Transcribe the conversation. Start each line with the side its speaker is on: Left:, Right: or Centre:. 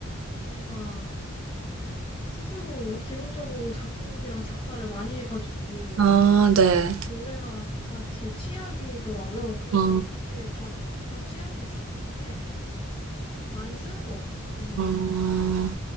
Left: 비비가 스스로 기본적으로 작곡이랑 작사를 많이 해가지고,
Right: 아, 네.
Left: 노래가 다 제 취향이더라고요. 그래서
Right: 어,
Left: 어떻게 다, 다 취향이지? 했는데, 좀 많이 쓰는 것 같아요, 본인이.
Right: 어,